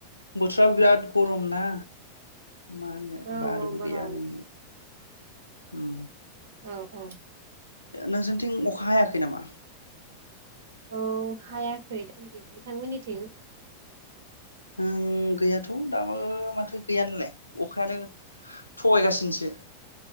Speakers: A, on the left; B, on the right.
A: बोथोराबो बिराद गरम ना मा होनो
B: औ
A: बारबो
B: औ गरम
A: गैया नै ओ
B: औ-औ
A: नोंजोंथिं अखा हायाखै नामा?
B: औ हायाखै <unintelligible> नोंथांमोननिथिं
A: ओं गैयाथ दाबो माथो गैया नोलाय अखायानो थगायगासिनोसो